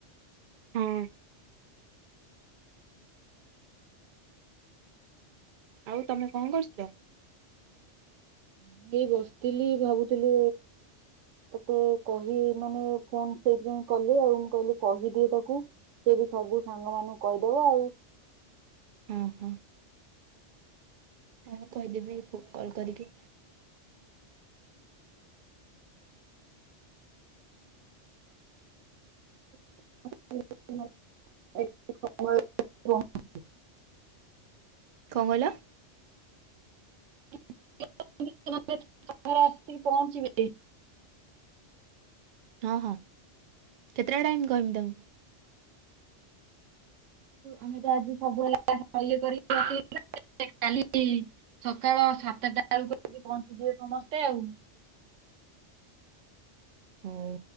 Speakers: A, on the right (about 50°); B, on the right (about 90°).
A: ହଁ। ଆଉ ତମେ କଣ କରୁଥିଲ
B: ମୁଁ ଏଇ ବସିଥିଲି ଭାବୁଥିଲି ମତେ କହି ମାନେ ଫୋନ ସେଇଥିପାଇଁ କଲି ଆଉ ମୁଁ କହିଲି କହିଦିଏ ତାକୁ ସିଏ ବି ସବୁ ସାଙ୍ଗ ମାନଙ୍କୁ କହିଦବ ଆଉ।
A: ଓ ହୋ। ହଁ କହିଦେବି କଲ କରିକି।
B: <unintelligible> <unintelligible>
A: କଣ କହିଲ
B: <unintelligible> ରେ ଆସି ପହଞ୍ଚିବେ।
A: ହଁ ହଁ କେତେଟା ଟାଇମ୍ କହମି ତାଙ୍କୁ
B: ଆମେ ତ ଆଜି ସବୁ <unintelligible> କାଲି ସକାଳ ସାତଟା ବେଳକୁ ଆସି ପହଞ୍ଚିଯିବେ ସମସ୍ତେ ଆଉ। <inaudible>
A: ହଉ।